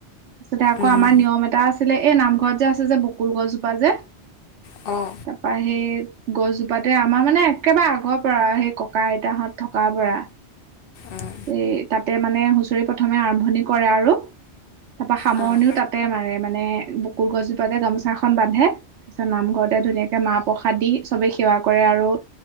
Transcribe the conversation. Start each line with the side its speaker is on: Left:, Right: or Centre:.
Right: তাতে আকৌ
Left: উম,
Right: আমাৰ নিয়ম এটা আছিলে এই নামঘৰত যে আছে যে বকুল গছজোপা যে-
Left: অঁ।
Right: তাপা সেই গছজোপাতে আমাৰ মানে একেবাৰে আগৰ পৰা সেই ককা আইতাহঁত থক কা পৰা।
Left: অঁ
Right: এই তাতে মানে হুঁচৰি প্ৰথমে আৰম্ভণি কৰে আৰু তাপা সামৰণিও
Left: অঁ
Right: তাতে মাৰে। মানে বুকুৰ গছজোপাতে গামোচা এখন বান্ধে তাৰ পিছত নামঘৰতে ধুনীয়াকে মাহ প্ৰসাদ দি চবেই সেৱা কৰে আৰু